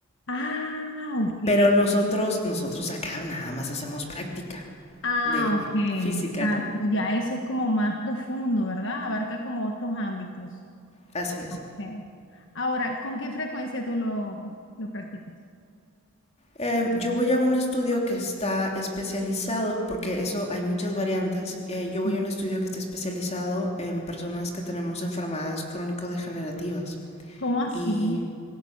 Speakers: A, on the left; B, on the left.
A: ah, okay.
B: Pero nosotros, nosotros acá nada más hacemos práctica
A: Ah,
B: de
A: okay,
B: física,
A: exacto.
B: ¿no?
A: Ya eso es como más profundo, ¿verdad? Abarca como otros ámbitos.
B: Así es.
A: Ah, Okay. Ahora, ¿con qué frecuencia tú lo, lo practicas?
B: Eh, yo voy a un estudio que está especializado, porque eso hay muchas variantes, eh, yo voy
A: Ujú.
B: a un estudio que está especializado en personas que tenemos enfermedades crónico-degenerativas.
A: ¿Cómo así?
B: Y